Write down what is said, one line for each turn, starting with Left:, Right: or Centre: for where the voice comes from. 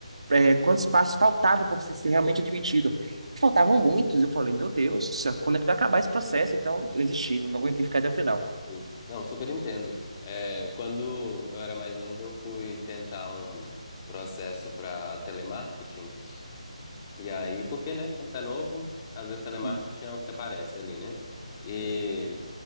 Right: é, quantos passos faltavam para você ser realmente admitido. E faltavam muitos. Eu falei, meu Deus, quando é que vai acabar esse processo? Então, eu desisti, não aguentei ficar até o final.
Left: assim, não, super entendo. É, quando eu era mais novo, eu fui tentar um processo para telemarketing. E aí, porque, né? Quando você é novo, às vezes telemarketing
Right: Hum.
Left: é o que aparece ali, né? E